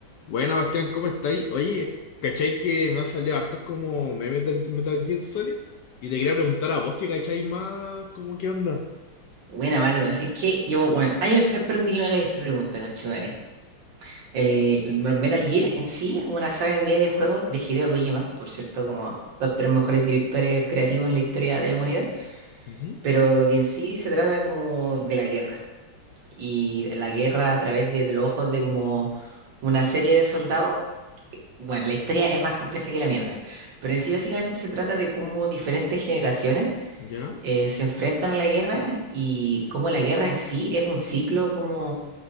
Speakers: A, on the left (about 70°); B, on the right (about 65°).
A: Buena, Bastián, ¿cómo estáis? Oye, ¿cachai que me han salido hartos como memes del Metal Gear Solid? Y te quería preguntar a vos que cacháis más, como qué onda?
B: Buena, Mati, weón. Así que llevo, bueno, años aprendí que me hagáis esta pregunta, conchetumare. El, el Metal Gear en sí es una saga culiá de juegos de Hideo Kojima, por cierto, como top tres mejores directores creativos en la historia de la humanidad,
A: Ujú,
B: pero que en sí se trata como de la guerra. Y la guerra a través de, de los ojos de como una serie de soldados. Bueno, la historia es más compleja que la mierda, pero en sí básicamente se trata de cómo diferentes generaciones
A: ¿Ya?
B: eh, se enfrentan a la guerra y cómo la guerra en sí es un ciclo como